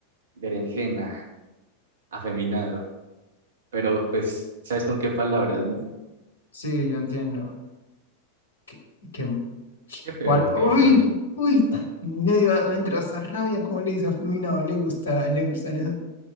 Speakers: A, on the right (about 60°); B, on the left (about 70°).
A: berenjena, afeminado, pero pues, ¿sabes con qué palabras, no?
B: Sí, yo entiendo. Que, que-
A: Qué feo,
B: ¿cuál? ¡Uy!
A: qué feo.
B: ¡Uy! Medio adentro esa rabia, como le dice a Fulminado, le gusta, le gustan esos